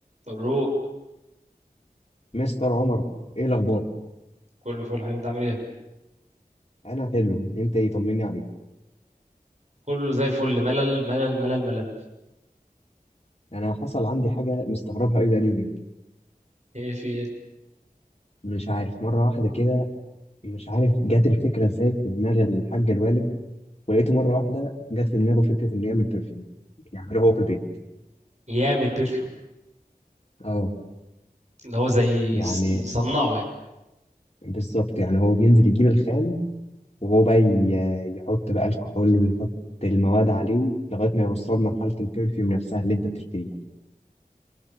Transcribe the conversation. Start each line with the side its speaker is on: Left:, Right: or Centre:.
Right: الروق
Left: مستر عمر ايه الاخبار
Right: كله فل الحمد انت عامل ايه
Left: انا حلو انت ايه طمني عليك
Right: كله زي الفل ملل ملل ملل ملل
Left: انا حصل عندي حاجه مستغربها قوي بقالي يومين
Right: ايه في ايه
Left: مش عارف مره واحده كده مش عارف جت الفكره ازاي في دماغ الحاج الوالد ولقيته مره واحده جت في دماغه فكره انه يعمل برفيوم يعني هو في البيت
Right: يعمل بيرفيوم
Left: اه
Right: اللي هو زي
Left: يعني
Right: يص- يصنعه يعني
Left: بالظبط يعني هو بينزل يجيب الخام وهو بقى ي- يحط بقى الكحول ويحط المواد عليه لغايه ما يوصل مرحله البرفيوم نفسها اللي انت بتشتريها